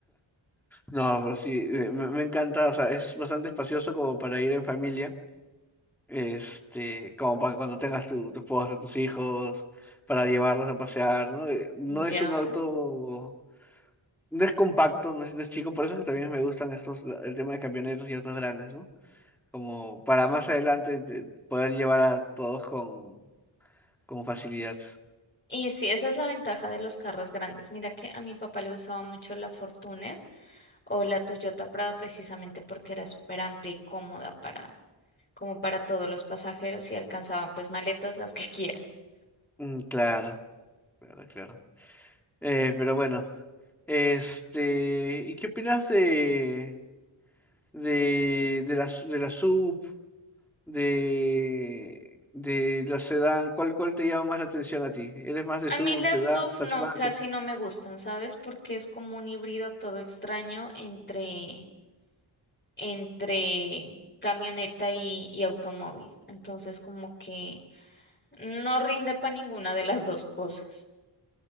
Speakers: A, in the centre; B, on the left.
A: No, pero sí, eh, me, me encanta, o sea, es bastante espacioso como para ir en familia, este, como para cuando tengas tu, tu esposa, tus hijos, para llevarlos a pasear, ¿no? Eh, No es
B: Ya.
A: un auto, no es compacto, no es, no es chico, por eso es que también me gustan estos, la- el tema de camionetas y autos grandes, ¿no? Como para más adelante de- poder llevar a todos con, con facilidad.
B: Y sí, esa es la ventaja de los carros grandes. Mira que a mi papá le gustaba mucho la Fortuner o la Toyota Prado precisamente porque era súper amplia y cómoda para, como para todos los pasajeros y alcanzaban pues maletas las que <laughs> quieras.
A: Mm, claro, claro, claro. Eh, pero bueno, este, ¿y qué opinas de... de, de la, s- de la sub, de, de la sedán, ¿cuál, cuál te llama más la atención a ti? ¿Eres más de
B: A
A: sub,
B: mí las
A: sedán,
B: SUV
A: hatchback?
B: no, casi no me gustan, ¿sabes? Porque es como un híbrido todo extraño entre, entre camioneta y, y automóvil. Entonces como que no rinde para ninguna de las dos cosas.